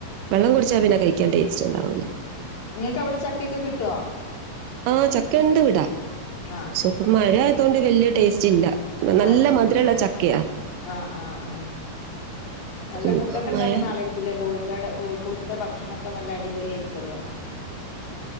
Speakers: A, on the right (about 85°); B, on the left (about 35°).
A: വെള്ളം കുടിച്ചാ പിന്നെ കഴിക്കാൻ ടേസ്റ്റ്ണ്ടാവുലാ
B: നിങ്ങക്ക് അവിടെ ചക്കയൊക്കെ കിട്ടുവോ?
A: ആ ചക്ക ഇണ്ടിവിടാ
B: ആ
A: പക്ഷേപ്പ മഴ ആയതൊണ്ട് വെല്ല്യ ടേസ്റ്റ് ഇല്ല. നല്ല
B: അത് ശരി
A: മധുരമുള്ള ചക്കയാ.
B: ആ ആ ആ നല്ല
A: ഉം,
B: ഫുഡോക്കെ
A: ഇപ്പൊ
B: ഉണ്ടാക്കുന്ന
A: മഴ
B: ആളായിരിക്കൂല്ലേ കോഴി അടെ കോഴിക്കോടത്തെ ഭക്ഷണമൊക്കെ നല്ല അടിപൊളിയാരിക്കുമല്ലോ.